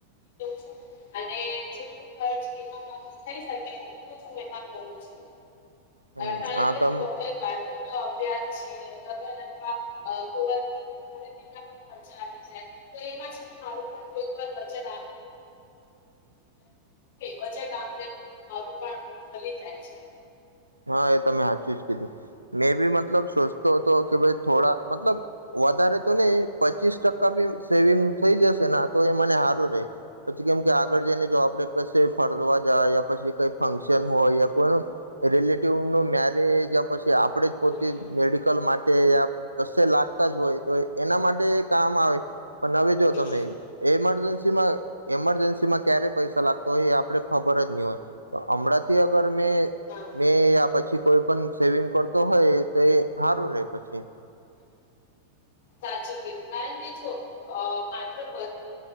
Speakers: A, on the left (about 55°); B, on the right (about 80°).
A: છું અને જે ખર્ચ થઈકે એટલ જ હું એ કરું છું
B: હમ
A: કારણ
B: હા
A: કે
B: તમ
A: જો અભ્યાસ છે લગન અથવાવરની ખરીદી પણ ખર્ચા આવી જાય તો એમાં છે ને મારું કોઈકને બચતજ બુગેટ આમ તેમ મારું પણ ભલી જાય છે
B: હા એ તમે સાચું જ કીધું મે બી મતલબ સોચતો હતો કે ભ થોડા મતલબ વધારે તો નઈ પચીસ ટકા બી સેવિંગ થઈ જશે તો એ મને સારું રહેે પછી કેમ કે આગળ જઈને જો આપડે ક ફરદવા જાય પછી કઈ ફંક્શન હોય યા કોઈનું રિલેટિવ ન મેરેજ પછી આપણે જ
A: હમ
B: પોતે મેડિકલ માટે યા કશે લાગતા જ હોય તો એના માટે કામ આવે પણ હવે જો
A: હમ
B: તમે એમરજન્સીમાં એમરજન્સીમાં ક્યારે પૈસા લાગતો હોય એ આપણે ખબર જ નહી હોય તો હમણાંથી અગર મેં
A: હમ હમ
B: મેં યા પછી કોઈ પણ સેવિંગ કરતો હોય તો એ હારું રે પછી
A: સાચ કીધું કારણ કે જો અ માત્ર હ મ